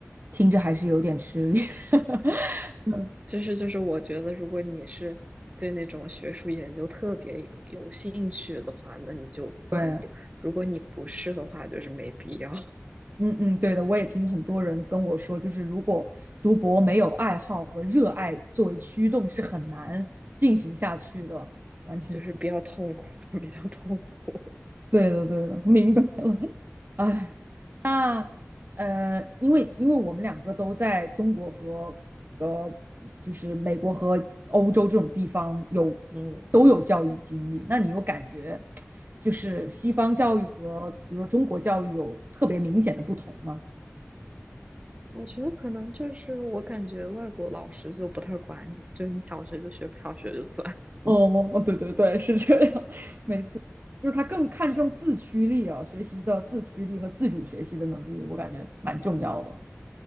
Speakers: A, on the right; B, on the right.
A: 听着还是有点吃力。<laughs> 嗯，
B: 就是就是，我觉得如果你是对那种学术研究特别有兴趣的话，那你就读；
A: 对，
B: 如果你不是的话，就是没必要，<laughs>
A: 嗯嗯，对的，我也听很多人跟我说，就是如果读博没有爱好和热爱作为驱动，是很难进行下去的。完全同意。
B: 就是比较痛苦，<laughs> 比较痛苦。
A: 对的，对的，<laughs> 明白了。哎，那呃，因为因为我们两个都在中国和呃，就是美国和欧洲这种地方有
B: 嗯，
A: 都有教育经历，那你有感觉就是西方教育和比如说中国教育有特别明显的不同吗？
B: 我觉得可能就是我感觉外国老师就不太管你，就是你想学就学，不想学就算。
A: 哦，哦，对对对，是这样，<laughs> 没错，就是他更看重自驱力啊，学习的自驱力和自主学习的能力，我感觉蛮重要的。